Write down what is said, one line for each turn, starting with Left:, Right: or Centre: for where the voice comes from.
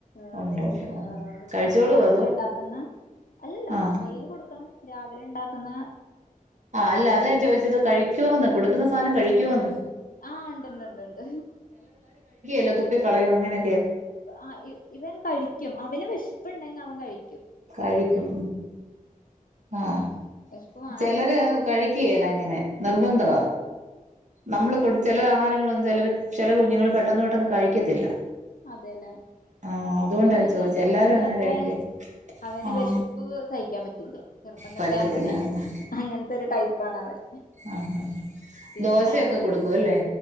Left: മ്മ്
Right: ഉണ്ട് ഉണ്ട് കഴിച്ചോളുവോ
Left: നമ്മള് രാവിലെ
Right: അതോ
Left: ഒണ്ടാക്കുന്ന അല്ലല്ല
Right: ആഹ്
Left: വായില് കൊടുക്കണം രാവിലെ ഇണ്ടാക്കുന്ന
Right: ആഹ് അല്ല അതാ ചോയിച്ചത് കഴിക്കോന്ന് കൊടുക്കുന്ന സാനം കഴി ക്കോന്ന്
Left: ആഹ് ഉണ്ട്ണ്ട്ണ്ട്ണ്ട്
Right: ല തുപ്പി കളയും അങ്ങനെ
Left: ആഹ് ഇ ഇവൻ കഴിക്കും അവന് വെശപ്പുണ്ടെ അവൻ കഴി
Right: കഴിക്കും ആഹ്
Left: വിശപ്പ് മാറി
Right: ചെലര് കഴിക്കുകേല അങ്ങനെ നിർബന്ധവാ നമ്മള് കൊട് ചെല ആഹാരങ്ങളൊന് ചെലര് ചെല കുഞ്ഞുങ്ങള് പെട്ടെന്ന് പെട്ടെന്ന് കഴിക്കത്തില്ല
Left: അതേല്ലേ
Right: ആഹ് അതുകൊണ്ടാ
Left: ഇവൻ
Right: ഞാൻ
Left: പിന്നെ
Right: ചോദിച്ചേ
Left: ചെർപ്പം
Right: എല്ലാരും അങ്ങനെ
Left: തൊട്ടേ
Right: കഴിക്കേ
Left: അവന്
Right: ആഹ്
Left: വെശപ്പ് സഹിക്കാൻ പറ്റില്ല്യ ചെറുപ്പം തൊട്ടേ
Right: പറ്റത്തില്ല
Left: അങ്ങനെ
Right: ആഹ്
Left: അങ്ങനത്തെ ഒരു ടൈപ്പാണവൻ
Right: ആഹ്
Left: പിന്നെ
Right: ദോശയൊക്കെ
Left: ഇട
Right: കൊടുക്കും അല്ലേ